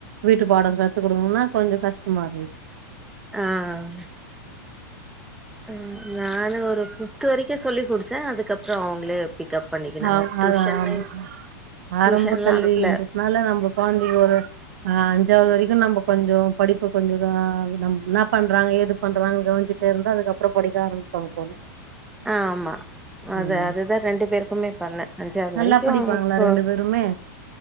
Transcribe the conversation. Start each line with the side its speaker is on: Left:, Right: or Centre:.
Right: வீட்டு பாடோ கத் த்து குடுக்கனுனா கொஞ்சோ கஷ்டமா இருகுது
Centre: ஆஹ் ம் நானு ஒரு முத்து வரைக்கு சொல்லி குடுத்தே அதுக்கப்பறோ அவுங்களே பிக்கப் பண்ணிக்கினாங்க
Right: ஆ
Centre: டியூஷன்னு
Right: அதா ஆமா ஆரம்ப
Centre: டியூஷன்லா
Right: கல்வின்லுறதுனால
Centre: அனுப்புல
Right: நம்ப கொழ்ந்தியொரு ஆஹ் அஞ்சாவது வரைக்கு நம்ப கொஞ்சோ படிப்பு கொஞ்ச தா நம் என்ன பண்றாங்க ஏது பண்றாங்கன்னு கவனிச்சுட்டு இருந்தா அதுக்கப்றோ படிக்க ஆரம்பிப்பாங்க போல
Centre: ஆஹ் ஆமா அது
Right: ம்
Centre: அதுதா ரெண்டு பேருக்குமே பண்ண அஞ்சாவது
Right: நல்லா
Centre: வரைக்கு
Right: படிப்பாங்களா
Centre: அ கோ
Right: ரெண்டு பேருமே